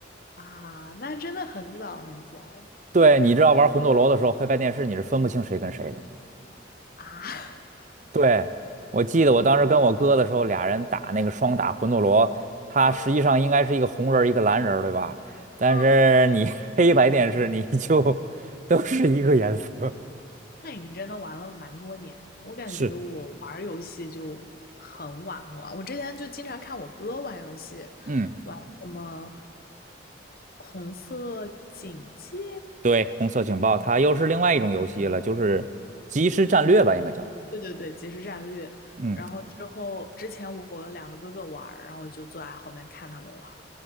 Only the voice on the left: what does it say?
啊，那真的很早很早
啊，<laughs>
嗯
嗯
那你真的玩了蛮多年了，
我感觉我玩游戏就很晚很晚。
我之前就经常看我哥玩游戏，
玩什么《红色警戒》，
对对对，即时战略。
然后之后，之前我两个哥哥玩儿，然后我就坐在后面看他们玩儿。